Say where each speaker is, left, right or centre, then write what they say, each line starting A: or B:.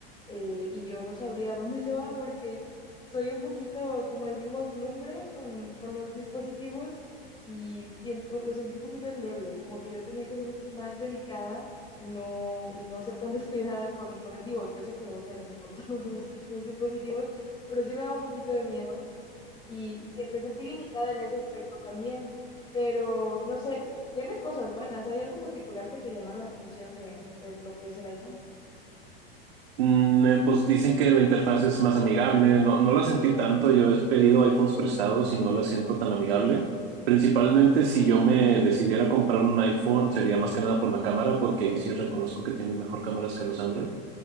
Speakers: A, on the left (about 15°); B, on the right (about 75°).
A: eh, y yo no sabría <laughs> a dónde se va porque soy un poquito, como decimos, lumbre con, con los dispositivos y siento, lo sentí un poquito endeble, como que yo tenía que ser más delicada y no, y no ser tan descuidada con, con, digo, yo sé que debo ser así con <laughs> todos los, los dispositivos, pero sí me da un poquito de miedo y, y sí, me sentí limitada en ese aspecto también, pero no sé, tiene cosas buenas. ¿Hay algo en particular que te llamara la atención de, de lo que es el iPhone?
B: Mm, eh, pues dicen que la interfaz es más amigable. No, no la sentí tanto. Yo he pedido iPhones prestados y no la siento tan amigable. Principalmente si
A: Ah,
B: yo me
A: ya, ya,
B: decidiera
A: sí.
B: comprar un iPhone, sería más que nada por la cámara, porque ahí sí reconozco que tienen mejor cámaras que los Android.